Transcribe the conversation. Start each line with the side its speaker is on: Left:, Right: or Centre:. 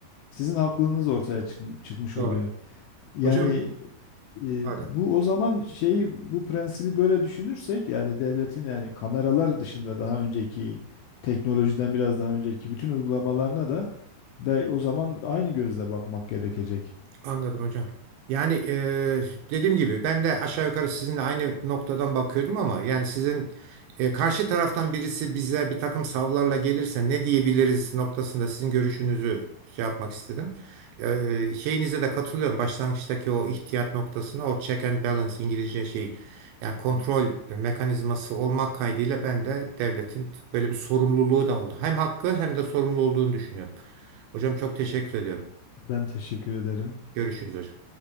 Left: Sizin haklılığınız ortaya çıkm- çıkmış
Right: Doğru.
Left: oluyor. Yani
Right: Hocam
Left: e,
Right: pardon.
Left: bu o zaman şeyi bu prensibi böyle düşünürsek yani devletin yani kameralar dışında daha önceki teknolojiden biraz daha önceki bütün uygulamalarına da be, o zaman aynı gözle bakmak gerekecek.
Right: Anladım hocam. Yani eee, dediğim gibi ben de aşağı yukarı sizinle aynı noktadan bakıyordum ama yani sizin e, karşı taraftan birisi bize bir takım savlarla gelirse ne diyebiliriz noktasında sizin görüşünüzü şey yapmak istedim. Eee, şeyinize de katılıyorum. Başlangıçtaki o ihtiyat noktasına o check and balance İngilizce şey yani kontrol mekanizması olmak kaydıyla ben de devletin böyle bir sorumluluğu da oldu. Hem hakkı hem de sorumlu olduğunu düşünüyorum. Hocam çok teşekkür ediyorum.
Left: Ben teşekkür ederim.
Right: Görüşürüz hocam.